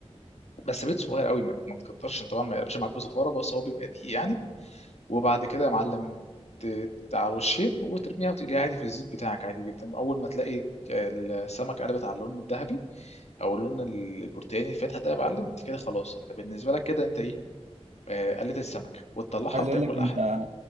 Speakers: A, on the left (about 70°); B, on the right (about 80°).
A: بس بيض صغير قوي ما ما تكترش طبعا ما يقلبش معاك بزفارة بس هو بيبقى دقيق يعني وبعد كده يا معلم ت- على وشين وترميها وتقليها عادي في الزيت بتاعك عادي جدا اول ما تلاقي السمك قلبت على اللون الذهبي او اللون البرتقاني الفاتح ده يا معلم انت كده خلاص انت بالنسبه لك كده انت ايه آه، قلت السمكه وتطلعها
B: عايز
A: وتاكل
B: اقول لك انت
A: احلى